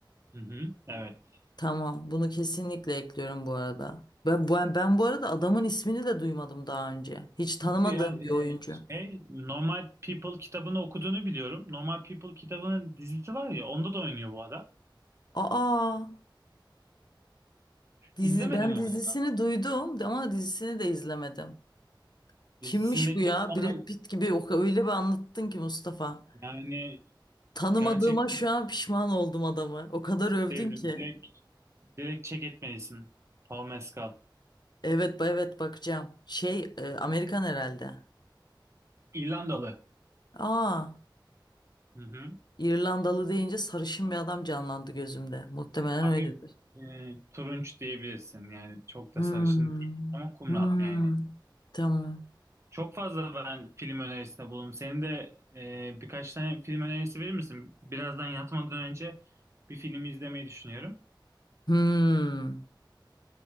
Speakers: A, on the right (about 35°); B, on the left (about 60°).
A: Hı hı. Evet.
B: Tamam bunu kesinlikle ekliyorum bu arada. Ben, ben, ben bu arada adamın ismini de duymadım daha önce. Hiç tanımadığım
A: Nasıl ya? Ee,
B: bir oyuncu.
A: şey, Normal People kitabını okuduğunu biliyorum. Normal People kitabının dizisi var ya, onda da oynuyor bu adam.
B: Aa dizi
A: İzlemedim
B: ben
A: mi
B: dizisini
A: onu?
B: duydum ama dizisini de izlemedim. Kimmiş
A: Dizisindeki
B: bu ya?
A: de Connell.
B: Brad Pitt gibi o öyle bir anlattın ki Mustafa.
A: Yani
B: Tanımadığıma
A: gerçekten
B: şu an pişman oldum adamı. O kadar övdün
A: sevdim.
B: ki.
A: Direkt, direkt check etmelisin. Paul Mescal.
B: Evet, ba- evet bakacağım. Şey, e, Amerikan herhalde.
A: İrlandalı.
B: Aa,
A: Hı hı.
B: İrlandalı deyince sarışın bir adam canlandı gözümde. Muhtemelen
A: Hafif
B: öyledir.
A: e, turunç diyebilirsin. Yani çok
B: Hmm.
A: da sarışın değil ama kumral
B: Hmm.
A: yani.
B: Tamam.
A: Çok fazla ben film önerisinde bulundum. Senin de e, birkaç tane film önerisi verir misin? Birazdan yatmadan önce bir filmi izlemeyi düşünüyorum.
B: Hmm.